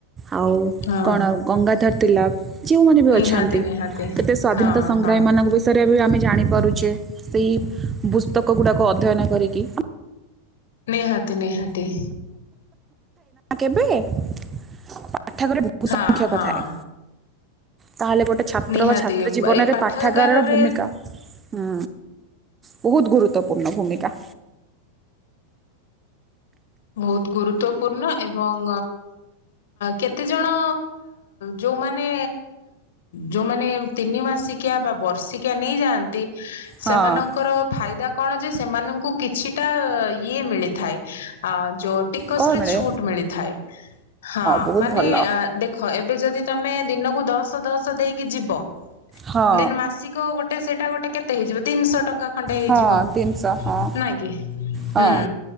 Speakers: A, on the right; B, on the left.
A: ଆଉ
B: ହଁ
A: କଣ ଗଙ୍ଗା ଧରତି ଲାଭ। ଯେଉଁମାନେ ବି
B: ନିହାତି
A: ଅଛନ୍ତି
B: ନିହାତି
A: କେତେ ସ୍ଵାଧୀନତା
B: ହଁ
A: ସଂଗ୍ରାମୀ
B: ହଁ
A: ମାନଙ୍କ ବିଷୟରେ ରେ ବି ଆମେ ଜାଣିପାରୁଛେ ସେଇ ପୁସ୍ତକ ଗୁଡ଼ାକୁ ଅଧ୍ୟୟନ କରିକି
B: ନିହାତି ନିହାତି
A: କେବେ? ପାଠାଗାରରେ ବହୁ
B: ହଁ
A: ସଂଖ୍ୟକ
B: ହଁ
A: ଥାଏ। ତାହେଲେ ଗୋଟେ ଛାତ୍ର
B: ନିହାତି
A: ବା ଛାତ୍ରୀ ଜୀବନରେ
B: ଏଇ ପାଠାଗାରରେ
A: ପାଠାଗାରର ଭୂମିକା ହୁଁ। ବହୁତ ଗୁରୁତ୍ୱପୂର୍ଣ୍ଣ ଭୂମିକା
B: ବହୁତ ଗୁରୁତ୍ୱପୂର୍ଣ୍ଣ ଏବଂ କେତେଜଣ ଯୋଉମାନେ ଯୋଉମାନେ ତିନି ମାସିକିଆ ବା ବର୍ଷିକିଆ ନେଇଯାଆନ୍ତି।
A: ହଁ
B: ସେମାନଙ୍କର ଫାଇଦା କଣ ଯେ ସେମାନଙ୍କୁ କିଛିଟା ଇଏ ମିଳିଥାଏ। ଆ ଯୋଉ ଟିକସ
A: କ'ଣ
B: ରେ
A: ମିଳେ
B: ଛୁଟ ମିଳିଥାଏ ହଁ
A: ବହୁତ
B: ମାନେ
A: ଭଲ
B: ଦେଖ ଏବେ ଯଦି ତମେ ଦିନକୁ ଦଶ ଦଶ ଦେଇକି ଯିବ।
A: ହଁ
B: ଦେନ୍ ମାସିକ ଗୋଟେ ସେଇଟା ଗୋଟେ କେତେ? ହେଇଯିବ ତିନିଶହ ଟଙ୍କା। ଖଣ୍ଡେ ହେଇଯିବ
A: ହଁ ତିନିଶହ ହଁ
B: ନାଇଁ କି
A: ହଁ
B: ହୁଁ